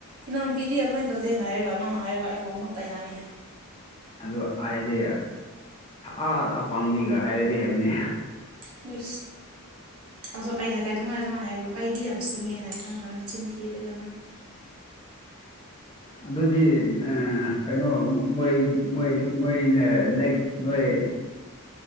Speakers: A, on the right; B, on the left.
A: ꯏ ꯅꯪꯅ ꯄꯤꯗꯤꯔꯤ ꯑꯗꯨꯃꯥꯏꯅ ꯇꯧꯗꯦꯅ ꯍꯥꯏꯔꯒ ꯅꯪꯅ ꯍꯥꯏꯔꯒ ꯑꯩꯕꯨꯥꯎ ꯑꯃ ꯇ ꯑꯩꯅ ꯍꯥꯏꯅꯦ
B: ꯑꯗꯨ ꯑꯩꯗꯤ ꯑꯥ ꯑ ꯄꯥꯡꯕꯤꯒ ꯍꯥꯏꯔꯗꯤ ꯍꯥꯏꯕꯅꯤ
A: ꯅꯅꯤꯁ ꯑꯗꯣ ꯑꯩꯅ ꯀꯥꯏꯗꯧꯉꯥꯏ ꯑꯗꯨꯃꯥꯏ ꯍꯥꯏꯕ꯭ꯔꯣ ꯑꯩꯗꯤ ꯌꯥꯝ ꯁꯤꯡꯉꯦꯅ ꯈꯈꯤꯪ ꯈꯅ ꯆꯤꯟꯊꯤꯔꯒꯅꯪ
B: ꯑꯗꯨꯗꯤ ꯀꯩꯅꯣ ꯃꯣꯏ ꯃꯣꯏ ꯃꯣꯏꯅ ꯅꯦꯛꯁ ꯅꯣꯏ